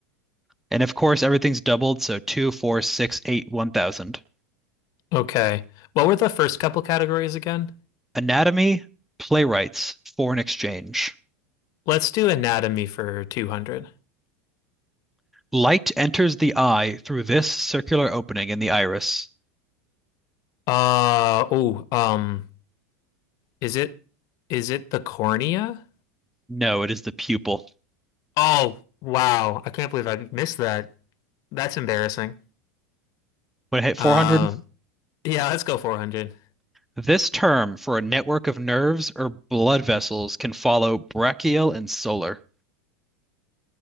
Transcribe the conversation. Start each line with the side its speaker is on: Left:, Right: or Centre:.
Centre: And of course, everything's doubled, so two, four, six, eight, one thousand.
Left: Okay. What were the first couple categories again?
Centre: Anatomy, playwrights, foreign exchange.
Left: Let's do anatomy for 200.
Centre: Light enters the eye through this circular opening in the iris.
Left: Uh oh, um is it is it the cornea?
Centre: No, it is the pupil.
Left: Oh, wow. I can't believe I missed that. That's embarrassing.
Centre: When I hit 400,
Left: Um, yeah, let's go 400.
Centre: this term for a network of nerves or blood vessels can follow brachial and solar.